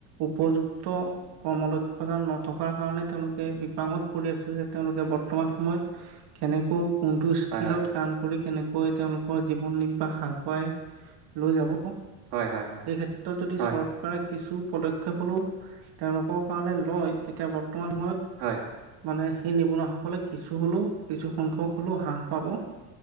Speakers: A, on the right; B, on the right.
A: উপযুক্ত কৰ্ম দক্ষতা নথকাৰ কাৰণে তেওঁলোকে বিপাঙত পৰি আছিল যে তেওঁলোকে বৰ্তমান সময়ত কেনেকৈ কোনটো স্কিলত
B: হয় হয়
A: কাম কৰি কেনেক কৈ তেওঁলোকৰ জীৱন নিৰ্বাহ আগুৱাই লৈ যাব
B: হয় হয়
A: এই ক্ষেত্ৰত যদি
B: হয়
A: চৰকাৰে কিছু পদক্ষেপ হ'লেও তেওঁলোকৰ কাৰণে লয় তেতিয়া বৰ্তমান সময়ত
B: হয়।
A: মানে সেই নিবনুৱাসকলে কিছু হ'লেও কিছু সংখ্যক হলেও হ্ৰাস পাব।